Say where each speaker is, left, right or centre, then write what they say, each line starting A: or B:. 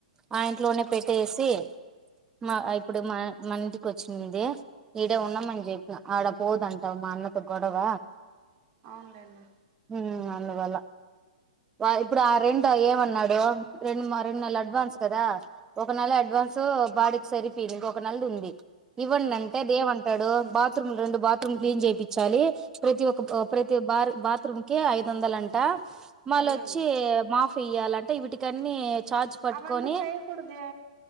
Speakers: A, on the right; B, on the right.
A: ఆ ఇంట్లోనే పెట్టేసి మ
B: ఉహు
A: ఇప్పుడు మ మన ఇంటికి వచ్చింది ఈడే ఉన్నామని చెప్పిన ఆడ పోదటా మా అన్నతో గొడవ
B: అవునులేండి
A: ఉ అందువల్ల వ ఇప్పుడు ఆ రెంట్ ఏమన్నాడు రెండు మ రెండు నెల అడ్వాన్స్ కదా ఒక నెల అడ్వాన్సు బాడికి సరిపోయింది ఇంకొ నెలది ఉంది ఇవ్వండి అంటే ఇదేం అంటాడు బాత్రూమ్ రెండు బాత్రూమ్ క్లీన్ చేపించాలి ప్రతి ఒ ఒక ప్రతి బర్ బాత్రూంకి ఐదు వందల అంట మళ్ళొచ్చి
B: అయ్యోయ్యో
A: మాఫ్ ఇయ్యాలంటే వీటికన్ని చార్జ్ పట్టుకొని
B: అవంతా చేయకూడదే